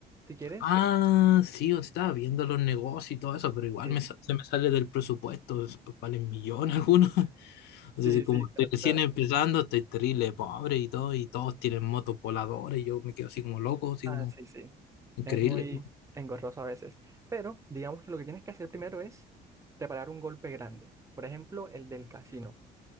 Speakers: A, on the right (about 20°); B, on the left (about 75°).
A: Si quieres,
B: Ah, sí, o estaba viendo los negocios y todo eso, pero igual
A: sí,
B: me, sa- se me sale del presupuesto, es- valen millones algunos. <laughs> Entonces,
A: sí,
B: como
A: sí, claro,
B: estoy recién
A: claro.
B: empezando, estoy terrible, pobre y todo, y todos tienen motos voladoras y yo me quedo así como loco, así
A: Ah,
B: como
A: sí, sí.
B: increíble.
A: Es muy engorroso a veces. Pero digamos que lo que tienes que hacer primero es preparar un golpe grande. Por ejemplo, el del casino.